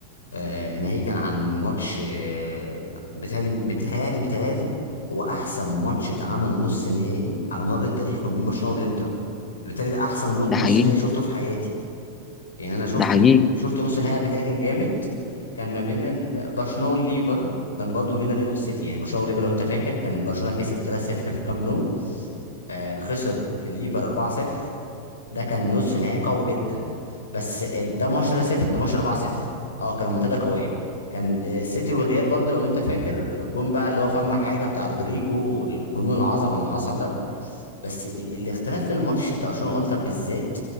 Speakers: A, on the left; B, on the left.
A: آه، ناهيك كان عن ماتش آه، بيتهيألي بيتهيألي بيتهيألي هو أحسن ماتش اتعمل نص نهائي على مر التاريخ ما بين برشلونة والإنتر بالتالي ده أحسن
B: ده
A: نص
B: حقيقي
A: نهائي شفته في حياتي يعني انا شفت
B: ده حقيقي
A: شفت نص نهائي قبل كده كان جامد كان ما بين ال- برشلونه والليفر كان برضو ما بين الريال والسيتي يعني برشلونه والليفر لو انت فاكر كان برشلونه كسب 3-0 في الكامب نو آه خسر في الليفر 4-0 ده كان نصف نهائي قوي جدا بس ال- ده ماتش ده صفر ده ماتش 4 0 اه كان منتدى قويه كان آه، السيتي والريال برضو لو انت فاكر جون بقى اللي هو فما حاجه بتاع رودريجو والجنون العظمه اللي حصل ده بس ال الاختلاف في الماتش بتاع برشلونه وانتر بالذات